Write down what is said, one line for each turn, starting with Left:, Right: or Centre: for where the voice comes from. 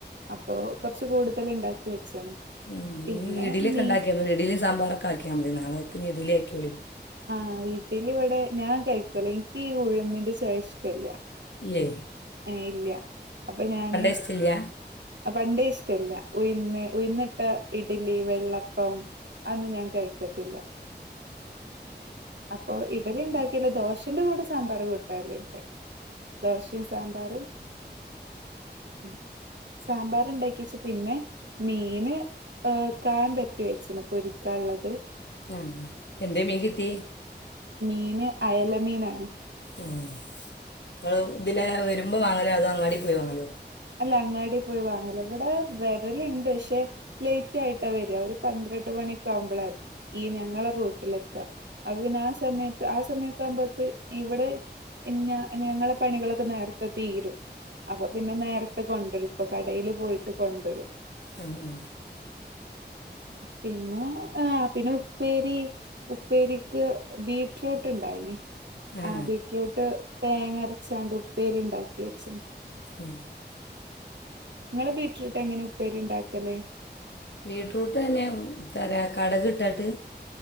Right: അപ്പോ കുറച്ചു കൂടുതൽ ഉണ്ടാക്കി വെച്ചാണ്
Left: ഉം
Right: പിന്നെ
Left: ഇഡലിക്കണ്ടാക്കിയാ
Right: മീ
Left: മതി ഇഡലി സാമ്പാറൊക്കെ ആക്കിയാൽ മതി നാളെക്കി ഇനി ഇഡിലി ആക്കോളി
Right: ആ വീട്ടില് ഇവിടെ ഞാൻ കഴിക്കൂല എനിക്ക് ഈ ഉഴുന്നിന്റെ ചൊയ ഇഷ്ടല്ല
Left: ല്ലേ
Right: ആ ഇല്ല അപ്പൊ ഞാന്
Left: ഇഷ്ടമില്ല
Right: ആ പണ്ടേ ഇഷ്ടല്ല ഉയ്ന്ന് ഉയന്നിട്ട ഇഡലി വെ വെള്ളപ്പം അതെന്നും ഞാൻ കഴിക്കത്തില്ല അപ്പൊ ഇഡലി ഉണ്ടാക്കില്ല ദോശന്റെ കൂടെ സാമ്പാർ കൂട്ടലുണ്ട് ദോശയും സാമ്പാറും ഉം സാമ്പാർ ഉണ്ടാക്കി വെച്ച് പിന്നെ മീന് ഏ കായൻ പെരറ്റിവച്ചിന് പൊരിക്കാൻ ഉള്ളത്
Left: ആ എന്തേ മീൻ കിട്ടിയെ
Right: മീന് അയല മീനാണ്
Left: ഉം നിങ്ങള് ഇതില വരുമ്പോ വാങ്ങലോ അതോ അങ്ങാടി പോയി വാങ്ങലോ
Right: അല്ല അങ്ങാടി പോയി വാങ്ങല ഇവിടെ വെരലുണ്ട് പക്ഷെ ലേറ്റ് ആയിട്ടാ വരിക ഒരു പന്ത്രണ്ട് മണിയൊക്കെ ആവുമ്പോളാ ഈ ഞങ്ങളെ റൂട്ടിലെത്തുക അത് ആ സമയത്ത് ആ സമയത്ത് ആ സമയത്ത് ഇവിടെ ഇ ഞങ്ങളെ പണികളൊക്കെ നേരത്തെ തീരും അപ്പൊ പിന്നെ നേര ഇപ്പൊ കടയില് പോയിട്ട് കൊണ്ടുവരും
Left: മ്
Right: പിന്നെ ആ പിന്നെ ഉപ്പേരി ഉപ്പേരിക്ക് ബീട്ട്റൂട്ട് ഉണ്ടായിന്
Left: ആ ആ.
Right: ആ് ബീറ്റ്റൂട്ട് തേങ്ങരച്ചാണ്ട് ഉപ്പേരി ഉണ്ടാക്കി വെച്ചിണ്ട്
Left: പി <unintelligible>
Right: നിങ്ങളെ വീട്ടിലിട്ട് എങ്ങനെ ഉപ്പേരി ഉണ്ടാക്കലേ
Left: ബീറ്റ്റൂട്ട് തന്നെ കടക് ഇട്ടിട